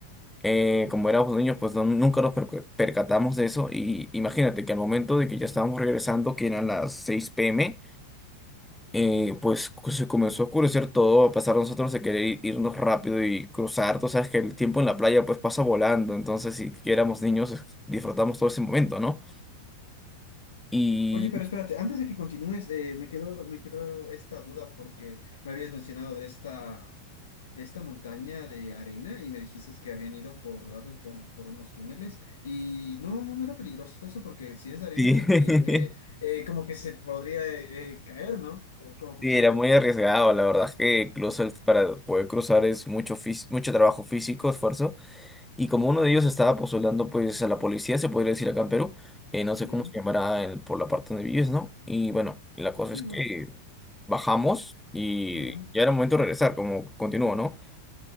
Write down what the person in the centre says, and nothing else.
eh, como éramos niños, pues no- nunca nos percu- percatamos de eso. Y imagínate que al momento de que ya estábamos regresando, que eran las 6 p.m., eh, pues cu- se comenzó a oscurecer todo, a pasar nosotros de querer ir- irnos rápido y cruzar. Tú sabes que el tiempo en la playa pues pasa volando, entonces si que éramos niños es- disfrutamos todo ese momento, ¿no? Y
sí,
<laughs>
sí, era muy arriesgado, la verdad es que incluso el- para poder cruzar es mucho, fis- mucho trabajo físico, esfuerzo. Y como uno de ellos estaba postulando pues a la policía, se podría decir acá en Perú, eh, no sé
cómo se llamará el- por la parte donde vives, ¿no? Y bueno, la cosa
es
que bajamos y
ya era momento de regresar, como continúo, ¿no?